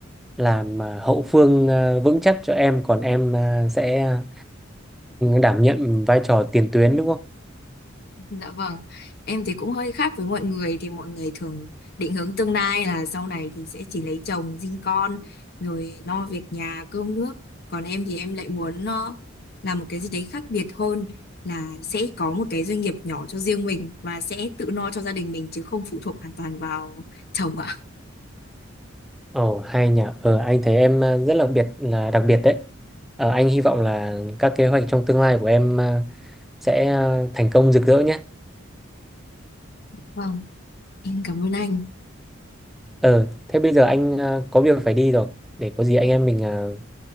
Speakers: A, in the centre; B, on the left (about 50°).
A: làm ờ, hậu phương ờ, vững chắc cho em còn em ờ, sẽ ờ, đảm nhận vai trò tiền tuyến đúng không?
B: Dạ vâng, em thì cũng hơi khác với mọi người thì mọi người thường định hướng tương lai là sau này thì sẽ chỉ lấy chồng, sinh con rồi lo việc nhà, cơm nước. Còn em thì em lại muốn nó làm một cái gì đấy khác biệt hơn là sẽ có một cái doanh nghiệp nhỏ cho riêng mình và sẽ tự lo cho gia đình mình chứ không phụ thuộc hoàn toàn vào chồng ạ.
A: Ồ hay nhỉ. Ờ anh thấy em ờ, rất là biệt là đặc biệt đấy. Ờ, anh hy vọng là các kế hoạch trong tương lai của em ờ, sẽ ờ, thành công rực rỡ nhé.
B: Vâng, em cảm ơn anh.
A: Ờ, thế bây giờ anh ờ, có việc phải đi rồi. Để có gì anh em mình ờ,